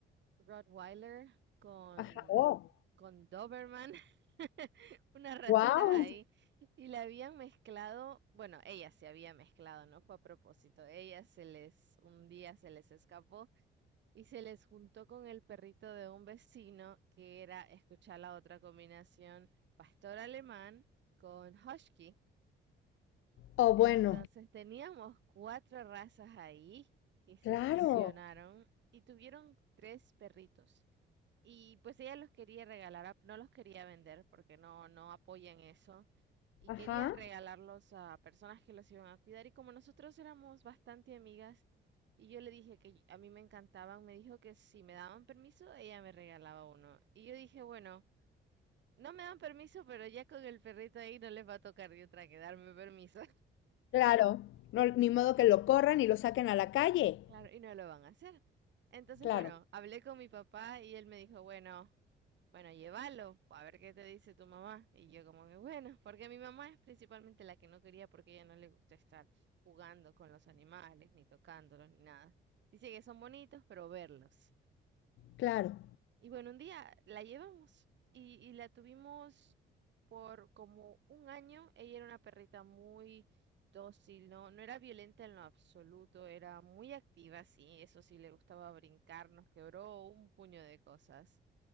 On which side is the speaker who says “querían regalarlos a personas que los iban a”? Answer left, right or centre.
Right